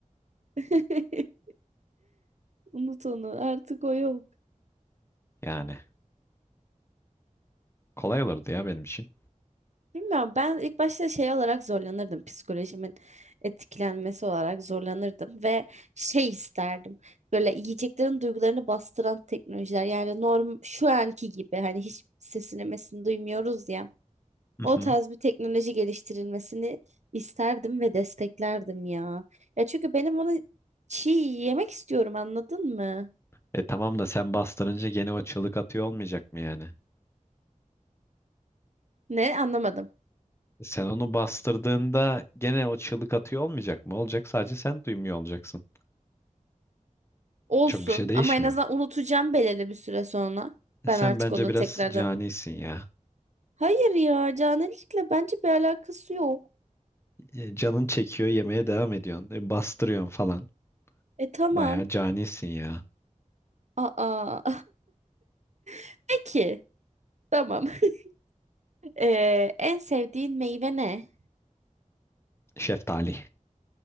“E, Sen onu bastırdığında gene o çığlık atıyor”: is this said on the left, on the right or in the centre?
Left